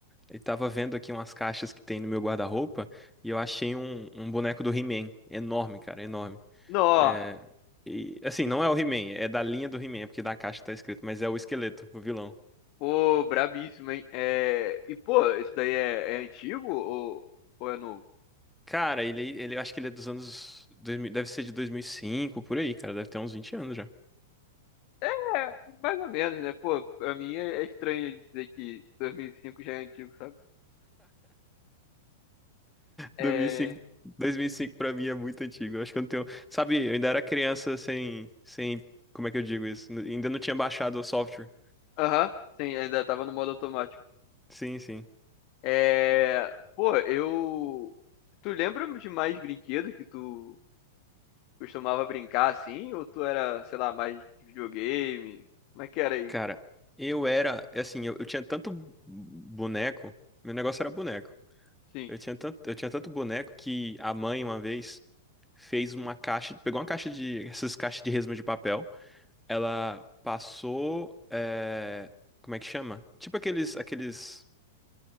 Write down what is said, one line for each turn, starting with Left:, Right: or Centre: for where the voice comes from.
Centre: e tava vendo aqui umas caixas que tem no meu guarda-roupa e eu achei um, um boneco do He-Man. Enorme, cara, enorme.
Left: Nó,
Centre: É, e, assim, não é o He-Man, é da linha do He-Man, é porque na caixa tá escrito, mas é o esqueleto, o vilão.
Left: pô, brabíssimo, hein? É... E, pô, isso daí é, é antigo ou, ou é novo?
Centre: Cara, ele, ele eu acho que ele é dos anos. 2000 deve ser de 2005 por aí, cara, deve ter uns 20 anos já.
Left: É, mais ou menos, né? Pô, pra mim é, é estranho dizer que 2005 já é antigo, sabe? É...
Centre: 2005, 2005 pra mim é muito antigo. Eu Acho que eu não tenho. Sabe, eu ainda era criança sem, sem. Como é que eu digo isso? N- Ainda não tinha baixado o software.
Left: Aham, sim, ainda tava no modo automático.
Centre: Sim, sim.
Left: É... Pô, eu... Tu lembra de mais brinquedo que tu costumava brincar assim? Ou tu era, sei lá, mais de videogame? Como é que era aí?
Centre: Cara, eu era. Assim, eu, eu tinha tanto boneco. Meu negócio era boneco.
Left: Sim.
Centre: Eu tinha tanto, eu tinha tanto boneco que a mãe, uma vez, fez uma caixa. Pegou uma caixa de. <laughs> Essas caixas de resma de papel. Ela passou. eh, Como é que chama? Tipo aqueles, aqueles